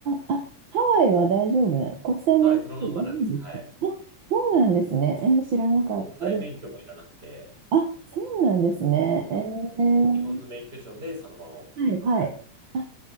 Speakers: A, on the right (about 45°); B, on the right (about 15°).
A: あ、あ、ハワイは大丈夫なの国際免許証ダメですかあ、
B: はい、そのまんまなんです。はい。
A: そうなんですね。えー知らなかった。
B: 国際免許もいらなくて、
A: で、あ、そうなんですね。
B: そうなんですよ。
A: えー、
B: もう日本の免許証でそのまま OK
A: はい、
B: って感じ。
A: はい。あ、